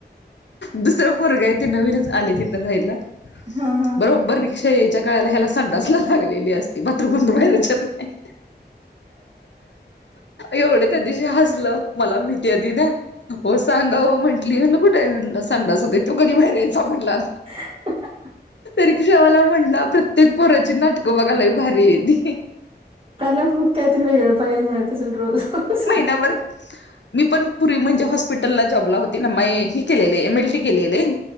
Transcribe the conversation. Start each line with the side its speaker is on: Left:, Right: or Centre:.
Left: दुसर पोरग आहे, ते नवीनच आले तीथ राहिला,
Right: हा हा
Left: बरोबर रिक्षा यायच्या काळाला ह्याला संडाच लाग लांगलेली असती, बाथरूम मधून बाहेरच येत नाही. एवढं त्या दिवशी हसलं, मला भीती आहे ती ना. ओ सांगा हो म्हंटली, म्हणलं कुठे आहे, म्हणलं सांडसात तो कधी बाहेर यायचा म्हणला.
Right: हाहा....
Left: रिक्षावाला म्हटला प्रत्येक पोराची नाटकं बघा लई भारी आहे ती.
Right: त्यांना खूप काय तर ते वेगळं बघायला मिळत असेल रोज-रोज.
Left: नवरर <unintelligible> मी पण पूर्वी म्हणजे हॉस्पिटलला जॉबला होती, ना मी ह केलेले एम. एल. टी. केलेले.